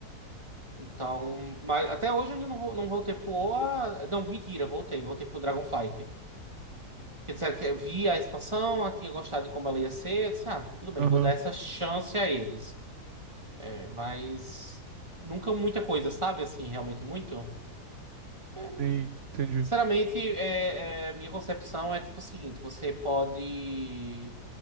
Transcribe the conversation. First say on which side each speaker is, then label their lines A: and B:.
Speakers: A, on the right; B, on the right.
A: Então, mas até hoje eu ainda não, vou, não voltei pro OA. Não, mentira, voltei. Voltei pro Dragonflight. Porque disseram que eu vi a expansão, eu tinha gostado de como ela ia ser. Eu disse, ah, tudo bem,
B: Aham,
A: vou dar essa chance a eles. É, mas nunca muita coisa, sabe? Assim, realmente muito. É,
B: sim, entendi.
A: Sinceramente, é, é, minha concepção é tipo o seguinte: você pode.